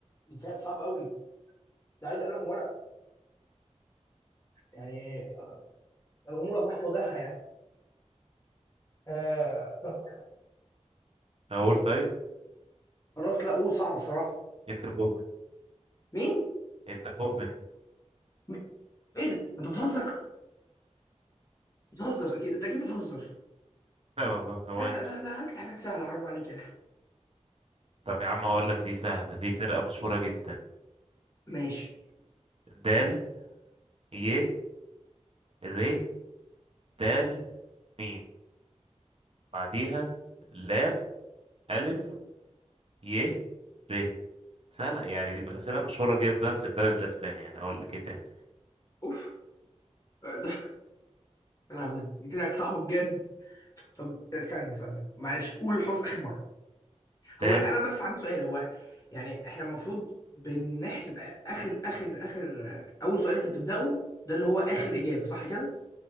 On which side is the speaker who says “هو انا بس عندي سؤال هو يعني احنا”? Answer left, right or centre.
Left